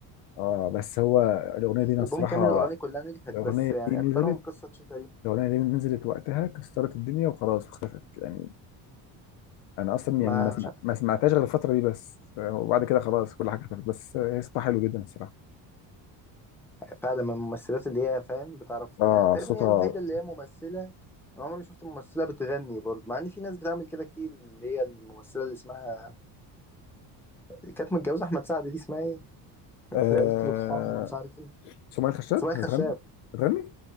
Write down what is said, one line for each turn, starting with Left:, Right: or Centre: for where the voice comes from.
Left: اه بس هو الاغنيه دي انا
Centre: ألبوم
Left: الصراحه
Centre: كامل الأغاني كلها نجحت
Left: الاغنيه
Centre: بس يعني
Left: دي نزلت
Centre: أكترهم قصة شتا دي
Left: الاغنيه دي نزلت وقتها كسرت الدنيا وخلاص واختفت يعني انا اصلا
Centre: ما
Left: يعني ما سمع-
Centre: مش
Left: ما سمعتهاش غير الفتره دي بس آه، وبعد كده خلاص كل حاجه اختفت بس آه، هي صوتها حلو جدا الصراحه
Centre: فعلا من الممثلات اللي هي فاهم بتعرف
Left: اه
Centre: يعني تقريبا
Left: صوتها
Centre: هي الوحيده اللي هي ممثله انا عمري ما شفت ممثله بتغني برضه مع ان في ناس بتعمل كده كتير اللي هي الممثله اللي اسمها اللي كانت متجوزه احمد سعد دي اسمها ايه <laughs>
Left: آه...
Centre: اللي قالت له طحالي مش عارف ايه
Left: سمية الخشاب
Centre: اسمها خشاب
Left: هتغني هتغني